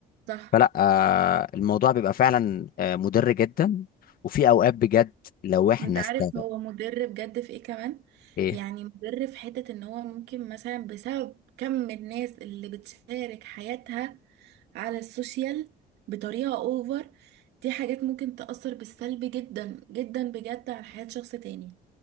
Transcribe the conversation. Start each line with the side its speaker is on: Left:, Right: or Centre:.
Right: صح
Left: فلا آه، الموضوع بيبقى فعلا آه، مضر جدا وفي اوقات بجد لو احنا
Right: انت عارف
Left: استغل
Right: هو مضر بجد في ايه كمان
Left: ايه
Right: يعني مضر في حتة ان هو ممكن مثلا بسبب كم الناس اللي بتشارك حياتها على السوشيال بطريقة اوفر دي حاجات ممكن تأثر بالسلب جدا جدا بجد على حياة شخص تاني